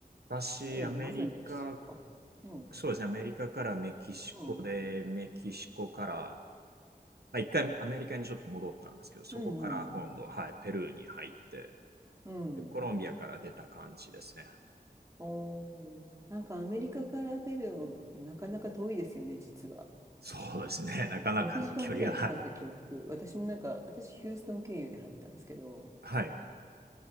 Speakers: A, on the right (about 75°); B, on the right (about 20°).
A: 私、
B: でも、
A: アメリカ、
B: まずメキシコか。うん、
A: そうですね。アメリカからメキシコで、
B: うん、
A: メキシコから、まあ、一回アメリカにちょっと戻ったんですけど、そこから今度、
B: うん、うん。
A: はい、ペルーに入って、
B: うん
A: でコロンビアから出た感じですね。
B: おー、なんかアメリカからペルーもなかなか遠いですよね、実は。
A: そうですね。なかなかの距離が、
B: 6時間ぐらいかかった記憶。私もなんか、私ヒューストン経由で入ったんですけど、
A: はい。はい。